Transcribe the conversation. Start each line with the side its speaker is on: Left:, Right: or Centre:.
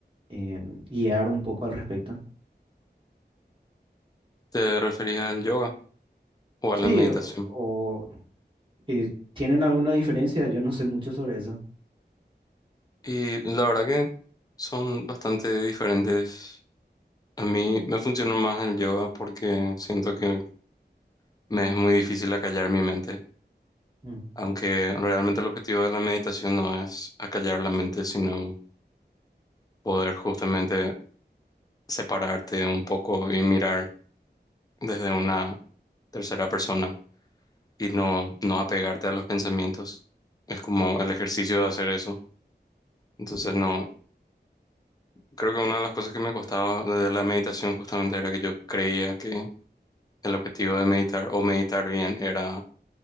Right: eh, guiar un poco al respecto?
Left: Te referís al yoga o a la
Right: Sí,
Left: meditación.
Right: o, o, eh, ¿tienen alguna diferencia? Yo no sé mucho sobre eso.
Left: Y la verdad que son bastante diferentes. A mí me funciona más el yoga porque siento que me es muy difícil acallar mi mente,
Right: Mm.
Left: aunque realmente el objetivo de la meditación no es acallar la mente, sino poder justamente separarte un poco y mirar desde una tercera persona y no, no apegarte a los pensamientos. Es como el ejercicio de hacer eso. Entonces
Right: mm.
Left: no. Creo que una de las cosas que me costaba de la meditación justamente era que yo creía que el objetivo de meditar o meditar bien era